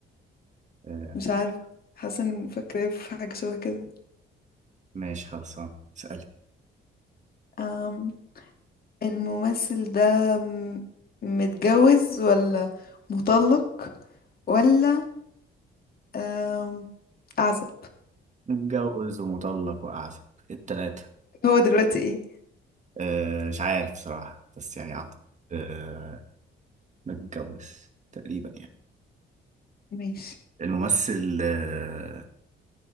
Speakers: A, on the right; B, on the left.
A: آه
B: مش عارفة حاسة ان فاكرة في حاجة شبه كده
A: ماشي خلاص آه، سألي
B: أم الممثل ده م- متجوز ولا مطلق ولا أم أعزب
A: متجوز ومطلق وأعزب التلاتة
B: هو دلوقتي ايه
A: آه مش عارف صراحة بس يعني أعتقد آه متجوز تقريبا يعني
B: ماشي
A: الممثل آه،